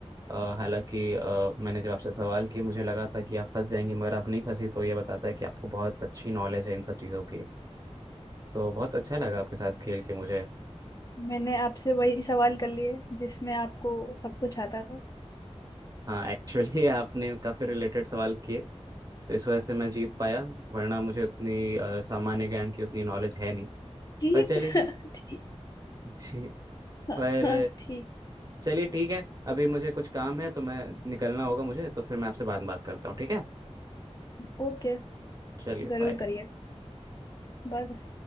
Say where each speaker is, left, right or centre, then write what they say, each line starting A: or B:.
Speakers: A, on the right; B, on the left.
A: अ, हालांकि अ, मैंने जब आपसे सवाल किए मुझे लगा था कि आप फंस जाएंगे मगर आप नहीं फंसी तो ये बताता है कि आपको बहुत अच्छी नॉलेज है इन सब चीज़ों की तो बहुत अच्छा लगा आपके साथ खेल के मुझे
B: मैंने आपसे वही सवाल कर लिए जिसमें आपको सब कुछ आता था
A: हाँ एक्चुअली <laughs> आपने काफ़ी रिलेटेड सवाल किए तो इस वजह से मैं जीत पाया वरना मुझे उतनी अ, सामान्य ज्ञान की उतनी नॉलेज है नहीं
B: जीत
A: पर चलिए
B: <laughs> ठीक
A: जी
B: <laughs> हाँ
A: पर
B: हाँ, ठीक
A: चलिए ठीक है अभी मुझे कुछ काम है तो मैं निकलना होगा मुझे तो फिर मैं आपसे बाद में बात करता हूँ ठीक है
B: ओके
A: चलिए
B: जरूर
A: बाय
B: करिए बाय